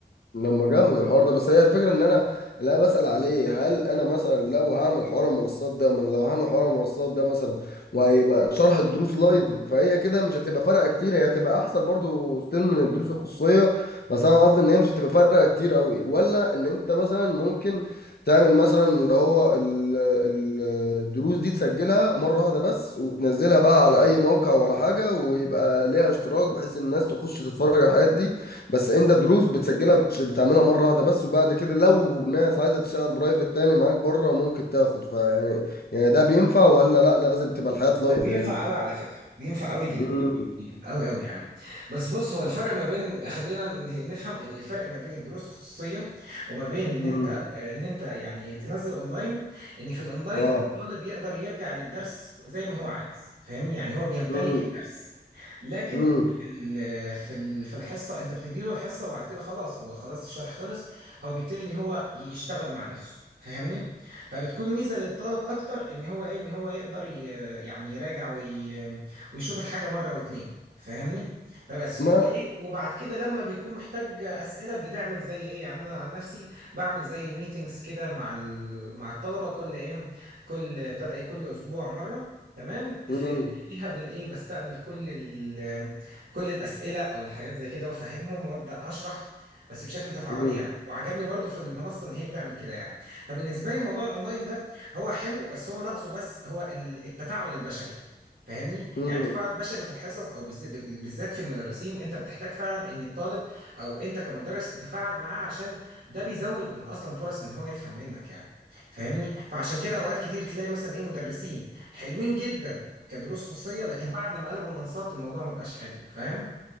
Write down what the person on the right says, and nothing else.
هو بينفع
قوي على فكرة بينفع قوي جدا
يعني قوي قوي يعني بس بص هو الفرق ما بين خلينا ن- نفهم ان الفرق ما بين الدروس الخصوصيه وما بين ان انت
آه، ان انت يعني تنزل اونلاين ان في الاونلاين
الطالب يقدر يرجع للدرس زي ما هو عايز فاهمني يعني هو بيمتلك
الدرس لكن
في ال- في ال- في الحصه انت بتدي له الحصه وبعد كده خلاص هو خلاص الشرح خلص هو بيبتدي ان هو يشتغل مع نفسه فاهمني فبتكون ميزه للطالب اكتر ان هو ايه ان هو يقدر ي- يعني يراجع وي... ويشوف الحاجة مرة واتنين فاهمني فبس
وايه وبعد كده لما بيكون محتاج أسئلة بنعمل زي ايه يعني انا عن نفسي بعمل زي ميتينجز كده مع ال... مع الطلبة كل ايه كل ابتدى ايه كل اسبوع مرة تمام في
فيها بن ايه بستقبل كل ال... كل الأسئلة او الحاجات زي كده وافهمهم وابدأ اشرح بس بشكل تفاعلي
يعني وعجبني برضو في المنصة ان هي بتعمل كده يعني فبالنسبة لي موضوع الاونلاين ده هو حلو بس هو ناقصه بس هو ال- التفاعل البشري فاهمني
يعني التفاعل البشري في الحصص او بالز- بالذات في المدرسين انت بتحتاج فعلا ان الطالب او انت كمدرس تتفاعل معاه عشان ده بيزود من اصلا فرص ان هو يفهم منك يعني فاهمني فعشان كده اوقات كتير تلاقي مثلا ايه مدرسين حلوين جدا كدروس خصوصية لكن بعد لما قلبوا منصات الموضوع ما بقاش حلو فاهم